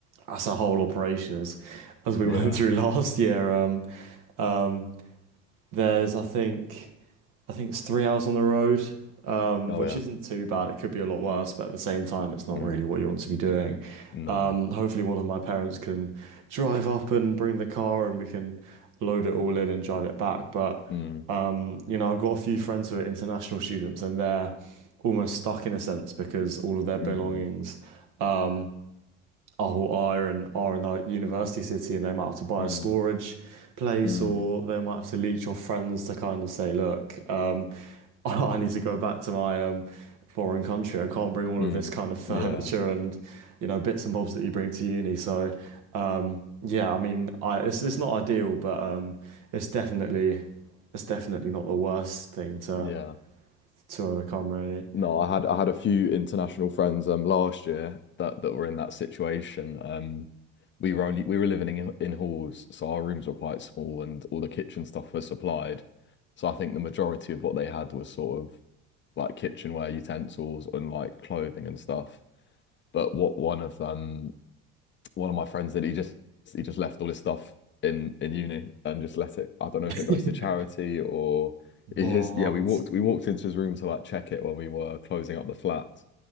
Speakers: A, on the right; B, on the left.
A: that's a whole operation as as we
B: Yeah.
A: went <laughs> through last year. Um, um, there's I think. I think it's three hours on the road, um,
B: Oh,
A: which
B: yeah.
A: isn't too bad. It could be a lot worse, but at the same time, it's not
B: Mm.
A: really what you want to be doing.
B: No.
A: Um, hopefully, one of my parents can drive up and bring the car, and we can load it all in and drive it back. But
B: Mm.
A: um, you know, I've got a few friends who are international students, and they're almost stuck in a sense because all of their belongings.
B: Mm.
A: um, oh, well, are in are in a university city, and they might have to buy
B: Mm.
A: a storage place,
B: Mm.
A: or they might have to leech your friends to kind of say, look, um, <laughs> I need to go back to my um foreign country. I can't bring all
B: Mm.
A: of this kind of <laughs> furniture
B: Yeah.
A: and you know bits and bobs that you bring to uni. So, um, yeah, I mean, I it's it's not ideal, but um, it's definitely it's definitely not the worst thing to
B: Yeah.
A: to overcome, really.
B: No, I had I had a few international friends um last year that that were in that situation. Um, we were only we were living in in halls, so our rooms were quite small, and all the kitchen stuff was supplied. So I think the majority of what they had was sort of like kitchenware utensils and like clothing and stuff. But what one of um one of my friends did, he just he just left all his stuff in in uni and just let it. I don't know
A: <laughs>
B: if it goes to charity or. His,
A: What?
B: yeah, we walked we walked into his room to like check it when we were closing up the flat,